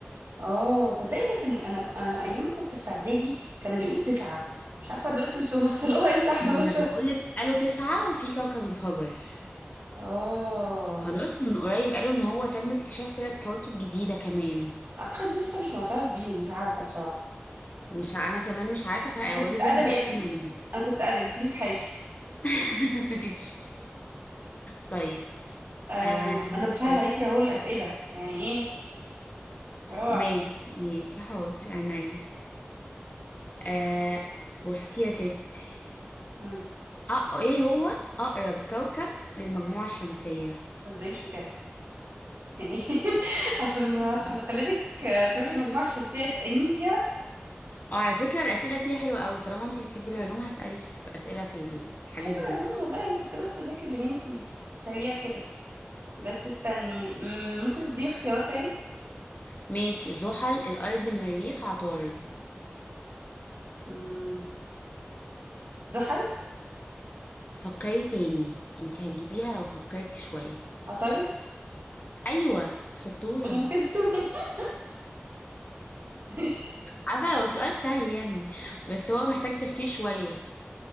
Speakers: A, on the right; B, on the left.
A: اه تصدقي انا كان انا انا ايام ما كنت في اعدادي كانوا بيقولوا تسعة مش عارفة دلوقتي وص- <laughs> وصلوها امتى 11
B: ما أنا بقولك قالوا تسعة وفي كوكب انفجر
A: اه
B: خلاص من قريب قالوا إن هو تم اكتشاف تلات كواكب جديدة كمان
A: اعتقد لسه مش معترف بيهم مش عارفة بصراحة
B: مش ع- أنا كمان مش عارفة فأوريدي
A: انا كنت ادبي
B: أنا بقول
A: يا ستي
B: تمانية
A: انا كنت ادبي سيبني في حالي
B: <laughs> ماشي طيب
A: آه
B: آه
A: انا مسهل
B: هقول
A: عليكي اهو الاسئلة يعني ايه بروح
B: ماشي ماشي حاضر عينيا آه بصي يا ستي
A: مم، ما
B: أق... ايه هو اقرب كوكب للمجموعة الشمسية
A: تهزريش بجد يعني <laughs> عشان
B: <laughs>
A: عشان خليتك تروحي المجموعة الشمسية تسأليني فيها
B: اه على فكرة الأسئلة فيها حلوة قوي طالما انتي بتحبي العلوم هسألك في أسئلة في الحاجات
A: بحب
B: دي
A: العلوم والله انا كنت بس بذاكر لبنتي سريع كده بس استني مم، ممكن تدي اختيارات طيب
B: ماشي زحل الأرض المريخ عطارد
A: مم، زحل
B: فكري تاني انتي هتجيبيها لو فكرتي شوية
A: عطارد
B: أيوة شطورة
A: ام كلثوم <laughs> ماشي
B: عارفة هو السؤال سهل يعني بس هو محتاج تفكير شوية